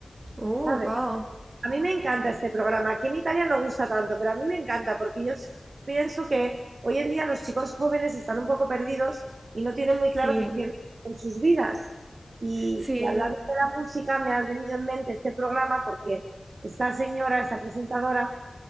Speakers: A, on the right; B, on the right.
A: Oh,
B: ¿sabes?
A: wow.
B: A mí me encanta este programa. Aquí en Italia no gusta tanto, pero a mí me encanta porque yo s- pienso que hoy en día los chicos jóvenes están un poco perdidos y no tienen muy
A: Sí.
B: claro qué quieren hacer con sus vidas. Y,
A: Sí.
B: y hablando de la música, me ha venido en mente este programa porque esta señora, esta presentadora,